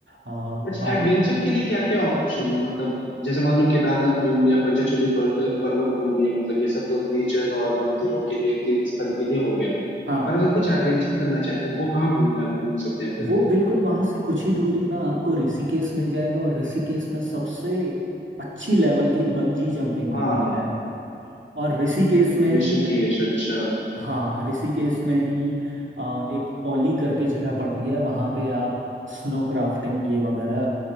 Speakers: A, on the right; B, on the left.
A: आ, और
B: अच्छा एडवेंचर के लिए क्या क्या ऑप्शन है मतलब जैसे मान लो केदारनाथ घूम लिया पंचचूली पर्वत पर्वत घूम लिए मतलब ये सब तो नेचर और मंदिरों के लिए तीर्थ स्थल के लिए हो गया
A: हाँ
B: पर अगर कुछ एडवेंचर करना चाहे तो वो कहाँ घूमना घूम सकते हैं फिर
A: वो
B: हम
A: बिल्कुल वहाँ से कुछ ही दूरी में आपको ऋषिकेश मिल जाएगा और ऋषिकेश में सबसे अच्छी लेवल की बंजी जंपिंग होती
B: हाँ
A: है और ऋषिकेश में ही
B: ऋषिकेश अच्छा
A: हाँ ऋषिकेश में ही आ, एक ओली करके जगह पड़ती है वहाँ पे आप स्नो क्राफ्टिंग ये वगैरह